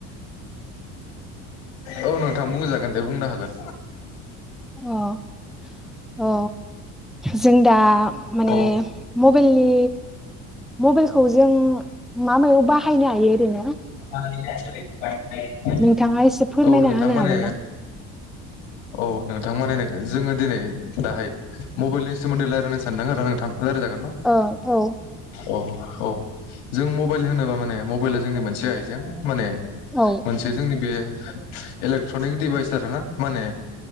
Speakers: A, on the left (about 85°); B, in the centre.
A: औ नोंथां बुंजागोन दे बुंनो हागोन
B: अ अ जों दा माने
A: औ
B: मबेलनि मबेलखौ जों मा मायाव बाहायनो हायो ओरैनो?
A: <inaudible>
B: नोंथाङा एसे फोरमायना
A: औ नोंथां
B: होनो
A: माने
B: हागोन ना? <inaudible>
A: औ नोंथां माने जोङो दिनै दाहाय मबेलनि सोमोन्दै रायलायनो सानदों आरो नोंथां लाराय जागोन न
B: ओं औ
A: अ औ जों मबेल होनोबा माने मबेला जोंनि मोनसे आइजें माने
B: औ
A: मोनसे जोंनि बे इलेक्ट्रनिक डिभाइस आरोना माने